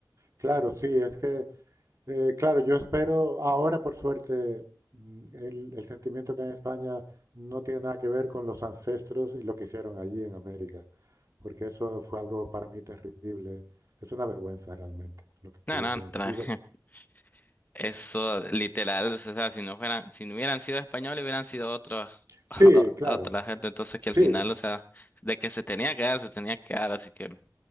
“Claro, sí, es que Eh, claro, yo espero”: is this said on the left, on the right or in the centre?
Right